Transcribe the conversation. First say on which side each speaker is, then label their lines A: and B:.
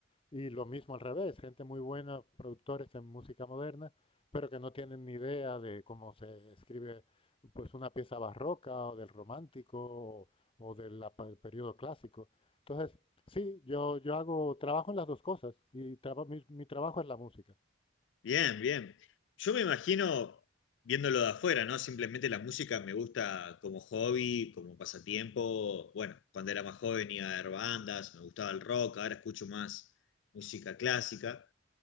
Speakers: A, on the left (about 30°); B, on the left (about 70°).
A: Y lo mismo al revés, gente muy buena, productores en música moderna, pero que no tienen ni idea de cómo se escribe pues una pieza barroca o del romántico o, o del la- periodo clásico. Entonces, sí, yo, yo hago, trabajo en las dos cosas y traba- mi, mi trabajo es la música.
B: Bien, bien. Yo me imagino viéndolo de afuera, ¿no? Simplemente la música me gusta como hobby, como pasatiempo. Bueno, cuando era más joven iba a ver bandas, me gustaba el rock, ahora escucho más música clásica.